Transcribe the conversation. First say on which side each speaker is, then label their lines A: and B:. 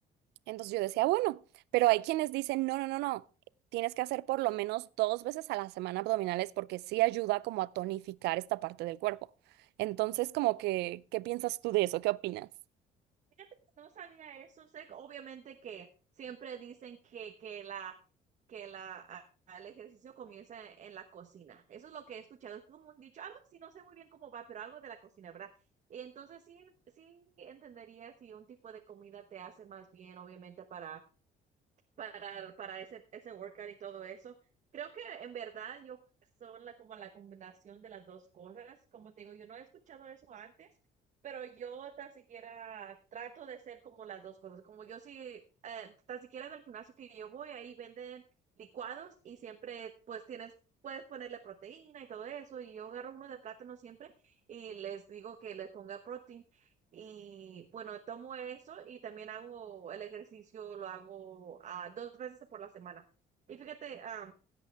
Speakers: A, on the right; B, on the right.
A: Entonces yo decía, bueno, pero hay quienes dicen, no, no, no, no, tienes que hacer por lo menos dos veces a la semana abdominales porque sí ayuda como a tonificar esta parte del cuerpo. Entonces, como que, ¿qué piensas tú de eso? ¿Qué opinas?
B: Fíjate que No sabía eso, sé que obviamente que siempre dicen que, que la, que la, a- a- el ejercicio comienza en, en la cocina. Eso es lo que he escuchado, es como un dicho, algo así, no sé muy bien cómo va, pero algo de la cocina, ¿verdad? Y entonces sí, sí entendería si un tipo de comida te hace más bien, obviamente, para para, para ese, ese workout y todo eso. Creo que en verdad yo son la, como la combinación de las dos cosas. Como te digo, yo no he escuchado eso antes, pero yo tan siquiera trato de hacer como las dos cosas. Como yo sí, eh, tan siquiera en el gimnasio que yo voy, ahí venden licuados y siempre pues tienes, puedes ponerle proteína y todo eso. Y yo agarro uno de plátano siempre y les digo que les ponga proteína y bueno, tomo eso y también hago el ejercicio, lo hago ah, dos veces por la semana. Y fíjate, ah,